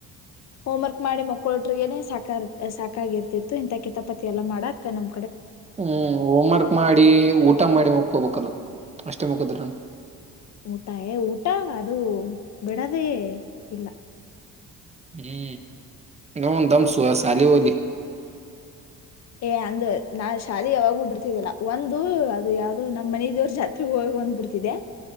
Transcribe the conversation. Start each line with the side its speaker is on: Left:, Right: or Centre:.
Left: ಹೋಮ್ ವರ್ಕ್ ಮಾಡಿ ಮಕ್ಕಳೊಟ್ರಗನೆ ಸಾಕ ಸಾಕಾಗಿರ್ತಿತ್ತು ಇಂಂತ ಕಿತಪಾತಿ ಎಲ್ಲ ಮಾಡಕ್ ನಮ
Right: ಹ್ಮ್ ಹೋಮ್ ವರ್ಕ್ ಮಾಡಿ ಊಟ ಮಾಡಿ ಮಕ್ಕೋಬೇಕಲ್ ಅಷ್ಟೇ ಮಕ್ಕದ್ರ
Left: ಊಟ ಏ ಊಟ ಅದು ಬಿಡದೇ ಇಲ್ಲ
Right: ಹ್ಮ್ ನ ದಮ ಸಯಸಾಲಿ ಒಲಿ
Left: ಏ ಅಂದ ನಾ ಶಾಲೆಗೆ ಯಾವಾಗೂ ಬಿಡ್ತಿದ್ದಿಲ್ಲ ಒಂದು ಅದು ಯಾವ್ದೋ ನಮ್ಮ್ ಮನದವ್ರ ಜಾತ್ರೆ ಹ ತಗೊಂದ್ಬಿಡ್ತಿದೆ